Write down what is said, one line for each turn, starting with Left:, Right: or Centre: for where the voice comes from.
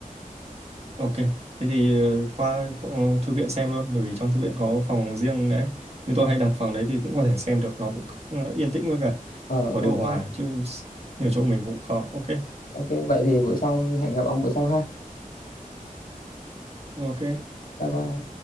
Right: Ok, thế thì ờ, qua phòng thư viện xem luôn, bởi vì trong thư viện có phòng riêng đấy. Như
Left: ờ,
Right: tôi hay đặt phòng đấy thì cũng có thể xem được, nó cũng ờ, yên tĩnh với cả
Left: ờ,
Right: có
Left: ok
Right: điều hòa chứ s- như ở chỗ mình cũng khó. Ok,
Left: ok vậy thì bữa sau hẹn gặp ông bữa sau ha
Right: ok.
Left: bye bye